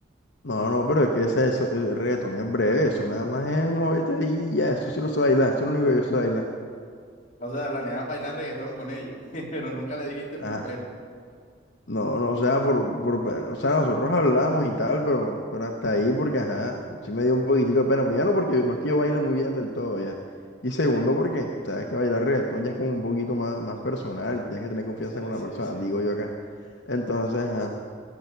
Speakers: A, on the left; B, on the left.
A: No, no, pero es que ese, eso, el reggaetón es breve, eso nada más es moverte ahí y ya, eso sí lo sé bailar, eso es lo único que yo sé bailar.
B: O sea, planeabas bailar reggaetón con ella, <laughs> pero nunca le dijiste
A: Ajá.
B: por pena.
A: No, no, o sea, por, por pe- o sea, nosotros hablamos y tal, pero, pero hasta ahí porque, ajá, sí me dio un poquitico de pena. Primero porque no es que yo baile muy bien del todo ya. Y segundo porque, sabes que bailar reggaetón ya es como un poquito más, más personal y tienes que tener confianza
B: Sí,
A: con la
B: sí,
A: persona,
B: sí.
A: digo yo acá. Entonces, ajá,